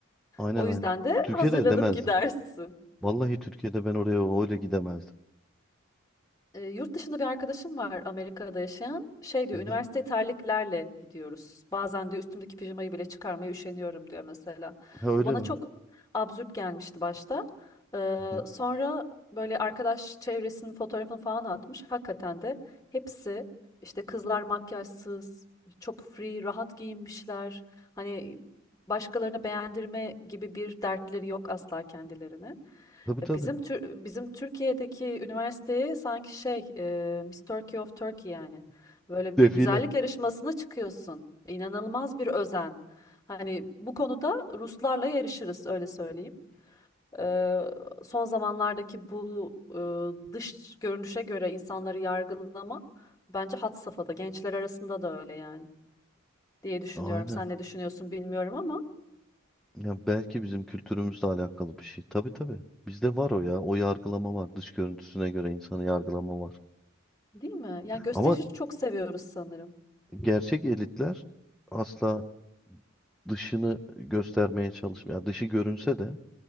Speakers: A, in the centre; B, on the left.
A: Aynen
B: O yüzden
A: aynen.
B: de
A: Türkiye'de
B: hazırlanıp
A: edemezdim.
B: gidersin.
A: Vallahi Türkiye'de ben oraya öyle gidemezdim.
B: E, yurt dışında bir arkadaşım var Amerika'da yaşayan. Şey diyor,
A: Hı hı.
B: üniversiteye terliklerle gidiyoruz. Bazen diyor üstümdeki pijamayı bile çıkarmaya üşeniyorum diyor mesela.
A: Ha, öyle
B: Bu bana
A: var.
B: çok absürt gelmişti başta. Ee,
A: Hı hı.
B: sonra böyle arkadaş çevresinin fotoğrafını falan atmış. Hakikaten de hepsi işte kızlar makyajsız, çok free, rahat giyinmişler. Hani başkalarına beğendirme gibi bir dertleri yok asla kendilerine.
A: Tabii tabii.
B: E, Bizim Tür- bizim Türkiye'deki üniversiteye sanki şey e, Miss Turkey of Turkey yani. Böyle
A: Defile.
B: bir güzellik yarışmasına çıkıyorsun. İnanılmaz bir özen. Hani bu konuda Ruslarla yarışırız öyle söyleyeyim. E, son zamanlardaki bu e, dış görünüşe göre insanları yargılama bence had safhada. Gençler arasında da öyle yani diye düşünüyorum.
A: Aynen.
B: Sen ne düşünüyorsun bilmiyorum ama
A: Ya belki bizim kültürümüzle alakalı bir şey. Tabii tabii. Bizde var o ya. O yargılama var. Dış görüntüsüne göre insanı yargılama var.
B: değil mi? Yani gösterişi
A: Ama
B: çok seviyoruz sanırım.
A: gerçek elitler asla dışını göstermeye çalışmıyor. Yani dışı görünse de